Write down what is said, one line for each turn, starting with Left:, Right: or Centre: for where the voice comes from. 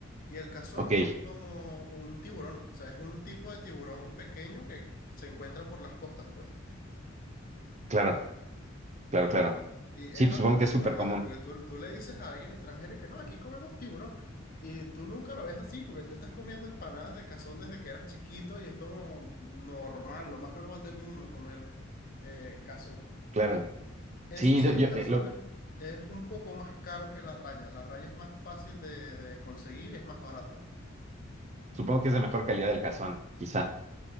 Left: Y el cazón
Right: Ok,
Left: es como un tiburón, o sea, es un tipo de tiburón pequeño que se encuentra por las costas, pues.
Right: claro, claro, claro.
Left: Y
Right: Sí,
Left: es
Right: pues
Left: algo
Right: supongo que
Left: súper
Right: es súper
Left: loco,
Right: común.
Left: porque tú, tú le dices a alguien extranjero y que no, aquí comemos tiburón. Y tú nunca lo ves así, porque tú estás comiendo empanadas de cazón desde que eras chiquito y es como normal, lo más normal del mundo comer eh, cazón.
Right: Claro.
Left: Eso
Right: Sí,
Left: sí,
Right: yo, yo,
Left: el calzón
Right: eh, lo,
Left: es, es un poco más caro que la raya. La raya es más fácil de, de conseguir y es más barata.
Right: Supongo que es de mejor calidad del cazón, quizá,